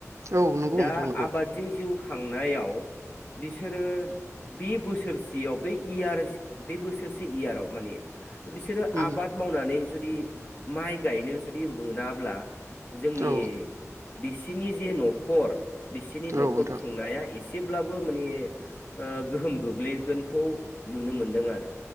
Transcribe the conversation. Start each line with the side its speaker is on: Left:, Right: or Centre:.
Right: औ नंगौ
Left: दा
Right: नोंथां नंगौ
Left: आबादजों जिउ खांनायाव बिसोरो बे बोसोरसेयाव बे इयार बे बोसोरसे इयाराव माने बिसोरो
Right: होम
Left: आबाद मावनानै जुदि माइ गायनो जुदि मोनाब्ला जोंनि
Right: होम औ
Left: बिसिनि जे नखर बिसनि नखर
Right: औ नोंथां
Left: खुंनाया एसेब्लाबो माने ओ गोहोम गोग्लै। गोनखौ नुनो मोनदों आरो